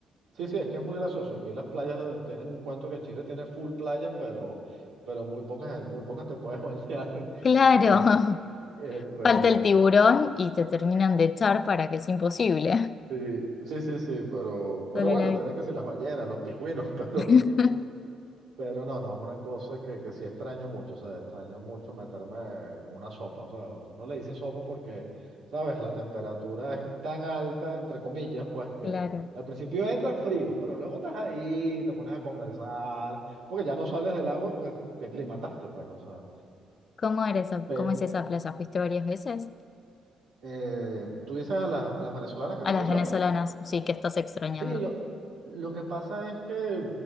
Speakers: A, on the right; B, on the left.
A: Sí, sí, es que es muy gracioso. Aquí las playas tienen un cuento que Chile tiene full playas, pero, pero muy pocas, eh, muy pocas te puedes <laughs> bañar.
B: Claro,
A: Eh,
B: <laughs>
A: eh, pero
B: Falta el tiburón y te terminan de echar para que es imposible.
A: sí, sí, sí, sí, pero,
B: <laughs>
A: pero
B: Solo
A: bueno,
B: la vista.
A: tienen que ser las ballenas, los pingüinos, <laughs> pero
B: <laughs>
A: Pero no, no, es una cosa que, que sí extraño mucho, o sea, extraño mucho meterme en una sopa, o sea, no le dice sopa porque, ¿sabes? La temperatura es tan alta, entre comillas, pues que
B: Claro.
A: al principio entras frío, pero luego estás ahí, te pones a conversar, porque ya no sales del agua porque te aclimataste, pues, o sea.
B: ¿Cómo era esa,
A: Pe-
B: cómo es esa plaza? ¿Fuiste varias veces?
A: eh, tú dices a las, a las venezolanas que
B: A
A: te menciono.
B: las venezolanas, sí, que estás extrañando.
A: Sí, lo, lo que pasa es que